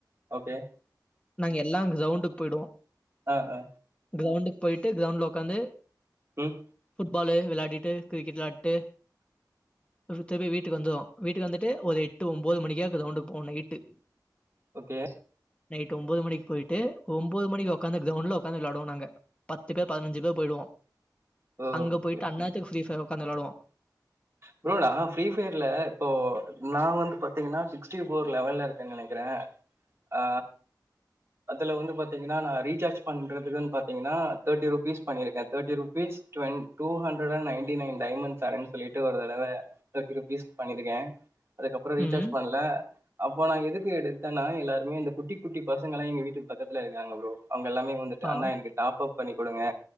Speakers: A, on the right (about 35°); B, on the left (about 15°).
A: ஓகே
B: நாங்க எல்லா அங்க கிரவுண்டுக்கு போயிடுவோ
A: ஆ ஆ
B: கிரௌண்டண்டு் போய்டிட்டு கிரௌண்டல உக்காந்து
A: ம்.
B: ஃபுட்பாலு விளையாடிட்டு கிரிக்கெட் விளையாடிட்டு தப்பி தவறி வீட்டுக்கு வந்தோ வீட்டுக்கு வந்துட்டு ஒரு எட்டு ஒன்பது மணிக்கா கிரவுண்டுக்கு போவோ நைட்டு
A: ஓ கே
B: நைட்டு ஒம்பது மணி போயிட்டு ஒம்பது மணிக்கு உக்காந்து கிரவுண்ட்ல உக்காந்து விளாடுவோ நாங்க பத்து பேர் பதினெஞ்சு பேர் போயிடுவோ
A: ஓ!
B: அங்க
A: ஓகே
B: போயி‌‌ட்டு
A: ஓகே.
B: அண்ணாத்துக்கு ஃப்ரீ ஃபையர் உக்காந்து விளாடுவோ
A: ப்ரோ நா ஃப்ரீ ஃபையர்ல இப்போ நா வந்து பாத்தீங்கன்னா சிக்ஸ்டி ஃபோர் லெவல்ல இருக்கேன்னு நெனைக்கிற
B: <inaudible>
A: அ அதுல வந்து பாத்தீங்கன்னா நா ரீசார்ஜ் பண்ணுறதுக்குன்னு பாத்தீங்ன்னா தேர்ட்டி ருபீஸ் பண்ணியிருக்கே thirty rupees டுவென் two ஹண்ட்ரட்ண்ட் ninety nine டைமண் தரேன் சொல்லிட்டு ஒரு தடவ தேர்டி ருபீஸ்க்கு பண்ணிருக்கே அதுக்கப்றோ ரீசார்ஜ்
B: ம்,
A: பண்ணல அப்போ நா எதுக்கு எடுத்தேன்னா எல்லாருமே இந்த குட் குட்டி குட்டி பசங்களா எங்க வீட்டுக்கு பக்கத்துல இருக்காங்க ஃப்ரோ அவுங்க எல்லாமே வந்து ட்டு
B: ஆ,
A: அண்ணா எனக்கு டாப்ப் பண்ணி குடுங்க‌